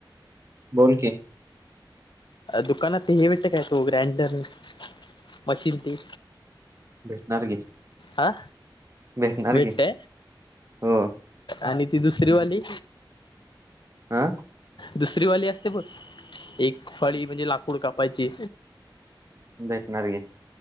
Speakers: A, on the right; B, on the left.
A: बोलकी.
B: दुकानात ते हे भेटत काय, तो ग्राइंडर मशीन ते?
A: भेटणार की.
B: आ
A: भेटणार
B: मटे.
A: की हो
B: आणि ती दुसरी वाली?
A: हा
B: दुसरीवाली असते बघ, एक फळी म्हणजे लाकूड कापायची.
A: भेटणार की.